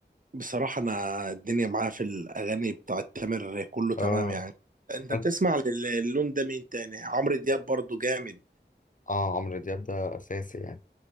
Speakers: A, on the right; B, on the left.
A: بصراحه انا الدنيا معايا في الاغاني بتاعت تامر كله تمام
B: اه
A: يعني انت
B: انت
A: بتسمع لل- اللون ده مين تاني عمرو دياب برضو جامد
B: اه عمرو دياب ده اساسي يعني